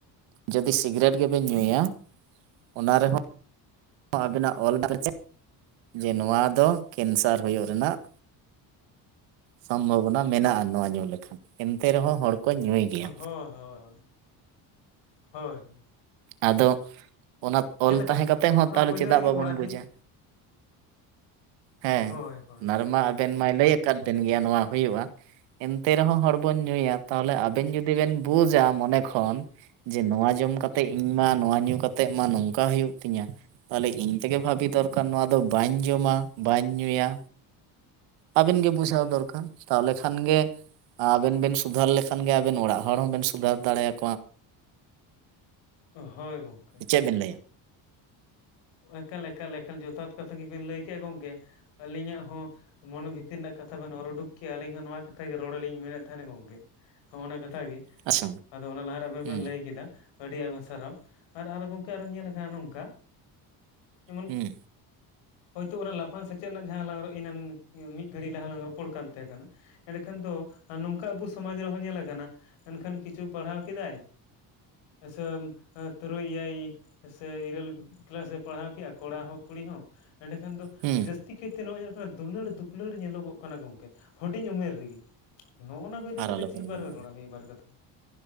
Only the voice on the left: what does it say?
ᱦᱳ ᱦᱳᱭ ᱦᱳᱭ ᱦᱳᱭ᱾
ᱡᱮᱞᱮᱠᱟ
ᱚᱱᱟ
ᱯᱳᱭᱞᱳ
ᱨᱮᱜᱮ
ᱳᱣᱟᱨᱱᱤᱝ
ᱦᱳᱭ ᱦᱳᱭ
ᱦᱳᱭ ᱜᱚᱝᱠᱮ᱾
ᱮᱠᱟᱞ ᱮᱠᱟᱞ ᱮᱠᱟᱞ ᱡᱚᱛᱷᱟᱛ ᱠᱟᱛᱷᱟ ᱜᱮ ᱵᱤᱱ ᱞᱟᱹᱭ ᱠᱮᱜᱼᱟ ᱜᱚᱢᱠᱮ ᱟᱹᱞᱤᱧᱟᱜ ᱦᱚᱸ ᱢᱚᱱᱮ ᱵᱷᱤᱛᱤᱨ ᱨᱮᱱᱟᱜ ᱠᱟᱛᱷᱟ ᱵᱮᱱ ᱚᱨ ᱩᱰᱩᱠ ᱠᱮᱜᱼᱟ ᱟᱹᱞᱤᱧ ᱦᱚᱸ ᱱᱚᱣᱟ ᱠᱟᱛᱷᱟ ᱜᱮ ᱨᱚᱲ ᱞᱤᱧ ᱢᱮᱱᱮᱫ ᱛᱟᱦᱮᱸᱱᱟ ᱜᱚᱢᱠᱮ᱾ ᱦᱚᱸ ᱱᱟ ᱠᱟᱛᱷᱟ ᱜᱮ
ᱟᱫᱚ ᱚᱱᱟ ᱞᱟᱦᱟ ᱨᱮ ᱟᱵᱮᱱ
ᱵᱮᱱ ᱞᱟᱹᱭ ᱠᱮᱫᱟ᱾ ᱟᱹᱰᱤ ᱟᱭᱢᱟ ᱥᱟᱨᱦᱟᱣ ᱟᱨ ᱟᱨᱚ ᱜᱚᱢᱠᱮ ᱟᱨᱚ ᱧᱮᱞ ᱟᱠᱟᱱᱟ ᱱᱚᱝᱠᱟ ᱡᱮᱢᱚᱱ
ᱦᱳᱭᱛᱳ ᱚᱱᱟ ᱞᱟᱯᱷᱟ ᱥᱮᱪᱮᱫ ᱨᱮᱱᱟᱜ ᱡᱟᱦᱟᱸ ᱞᱟᱝ ᱤᱱᱟᱝ ᱢᱤᱫ ᱜᱷᱟᱹᱲᱤᱡ ᱞᱟᱦᱟ ᱞᱟᱝ ᱨᱚᱯᱚᱲ ᱠᱟᱱ ᱛᱟᱦᱮᱸ ᱠᱟᱱᱟ, ᱮᱸᱰᱮᱠᱷᱟᱱ ᱫᱚ ᱱᱚᱝᱠᱟ ᱟᱵᱚ ᱥᱚᱢᱟᱡᱽ ᱨᱮᱦᱚᱸ ᱧᱮᱞ ᱠᱟᱱᱟ ᱮᱱᱠᱷᱟᱱ ᱠᱤᱪᱷᱩ ᱯᱟᱲᱦᱟᱣ ᱠᱮᱫᱟᱭ ᱥᱮ ᱛᱩᱨᱩᱭ ᱮᱭᱟᱭ ᱥᱮ ᱤᱨᱟᱹᱞ ᱠᱮᱞᱟᱥ ᱮ ᱯᱟᱲᱦᱟᱣ ᱠᱮᱜᱼᱟ ᱠᱚᱲᱟ ᱦᱚᱸ ᱠᱩᱲᱤ ᱦᱚᱸ ᱮᱱᱮᱠᱷᱟᱱ ᱫᱚ
ᱡᱟᱹᱥ ᱛᱤ ᱠᱮᱛᱨᱮ ᱱᱚᱸᱜᱼᱚᱭ ᱫᱩᱞᱟᱹᱲ ᱫᱩᱯᱩᱞᱟᱹᱲ ᱧᱮᱞᱚᱜᱚᱜ ᱠᱟᱱᱟ ᱜᱚᱢᱠᱮ ᱦᱩᱰᱤᱧ ᱩᱢᱮᱨ ᱨᱮᱜᱮ᱾ ᱱᱚᱸᱜᱼᱱᱟ ᱠᱚ ᱤᱫᱤ
ᱠᱟᱛᱮᱫ
ᱪᱮᱫ ᱵᱟᱨ
ᱵᱮᱱ ᱨᱚᱲᱟ ᱢᱤᱫᱵᱟᱨ ᱠᱟᱛᱷᱟ?